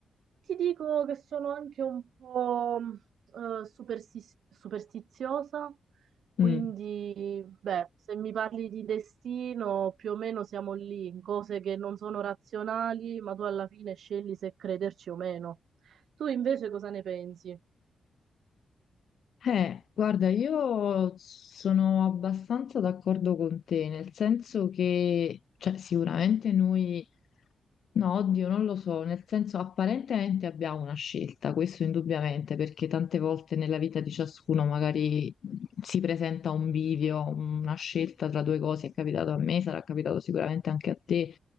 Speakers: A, on the right; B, on the left.
A: Ti dico che sono anche un po' mh, eh, supersis- superstiziosa, quindi
B: Mm.
A: beh, se mi parli di destino, più o meno siamo lì, in cose che non sono razionali, ma tu alla fine scegli se crederci o meno. Tu invece cosa ne pensi?
B: Eh, guarda, io sono abbastanza d'accordo con te, nel senso che, cioè, sicuramente noi, no, oddio, non lo so, nel senso apparentemente abbiamo una scelta, questo indubbiamente, perché tante volte nella vita di ciascuno magari si presenta un bivio, una scelta tra due cose, è capitato a me, sarà capitato sicuramente anche a te,